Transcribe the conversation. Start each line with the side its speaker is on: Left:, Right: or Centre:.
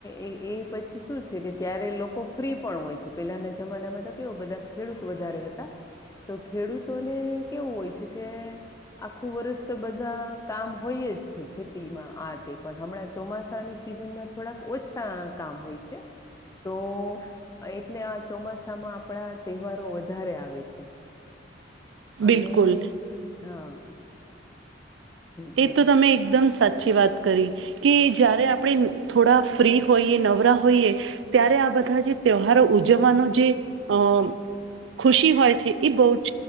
Left: એ એ પછી શું છે કે ત્યારે લોકો ફ્રી પણ હોય છે પેલાના જમાનામાં તો કેવો બધા ખેડૂત વધારે હતા તો ખેડૂતોને કેવું હોય છે કે આખું વર્ષ તો બધા કામ હોય જ છે ખેતીમાં આ તે પણ હમણાં ચોમાસાની સિઝનમાં થોડાક ઓછા કામ હોય છે તો એટલે આ ચોમાસામાં આપડા તહેવારો વધારે આવે છે. અને
Right: બિલકુલ
Left: હા હમ
Right: તે
Left: હમ
Right: તો તમે એકદમ સાચી વાત કરી કે જ્યારે આપડે થોડા ફ્રી હોઈએ નવરા હોઈએ. ત્યારે આ બધા જે તહેવારો ઉજવવાનો જે અ ખુશી હોય છે એ બહુ જ